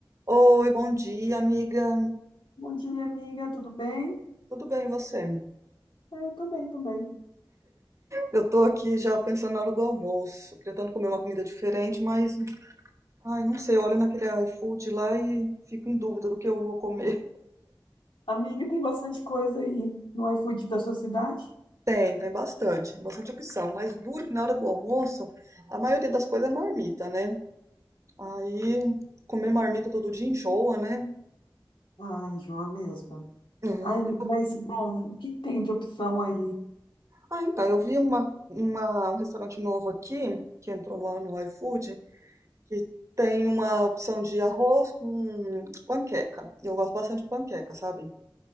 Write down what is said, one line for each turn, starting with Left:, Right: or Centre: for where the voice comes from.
Right: Oi, bom dia, amiga.
Left: Bom dia, amiga, tudo bem?
Right: Tudo bem, e você?
Left: É, eu tô bem também.
Right: Eu tô aqui já pensando na hora do almoço, tentando comer uma comida diferente, mas, ai, não sei, eu olho naquele iFood lá e fico em dúvida do que eu vou comer.
Left: Amiga, tem bastante coisa aí no iFood da sua cidade?
Right: <laughs> Tem, tem bastante, bastante opção, mas duro que na hora do almoço, a maioria das coisas é marmita, né? Aí, comer marmita todo dia enjoa, né?
Left: Ai, enjoa mesmo.
Right: É.
Left: Ai, amiga, mas, bom, o que que tem de opção aí?
Right: Ah, então, eu vi uma, uma- um restaurante novo aqui, que entrou no, no iFood, que tem uma opção de arroz com panqueca. E eu gosto bastante de panqueca, sabe?